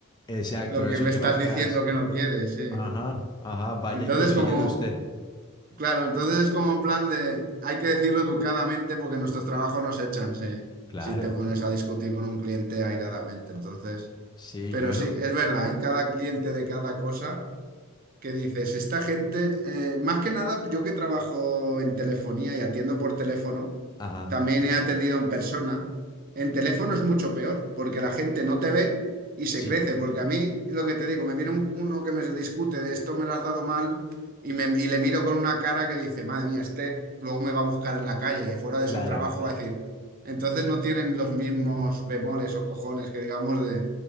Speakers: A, on the left (about 20°); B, on the right (about 40°).
A: exacto,
B: Lo
A: eso
B: que me
A: que
B: estás
A: me acabas,
B: diciendo que no quieres, sí.
A: ajá, ajá, vaya
B: Entonces,
A: y cocínelo
B: como,
A: usted.
B: claro, entonces es como en plan de, hay que decirlo educadamente porque nuestros trabajos nos echan, sí,
A: Claro,
B: si te pones a discutir con un cliente airadamente. Entonces,
A: sí,
B: pero
A: yo
B: sí,
A: no,
B: es verdad, hay cada cliente de cada cosa que dices, esta gente, eh, más que nada, yo que trabajo en telefonía y atiendo por teléfono,
A: ajá,
B: también he atendido en persona. En teléfono es mucho peor, porque la gente no te ve y se
A: sí,
B: crece. Porque a mí, lo que te digo, me viene un- uno que me discute de esto me lo has dado mal y, me, y le miro con una cara que dice, madre mía, este luego me va a buscar en la calle y fuera de
A: claro,
B: su trabajo va a decir. Entonces no tienen los mismos bemoles o cojones que digamos de,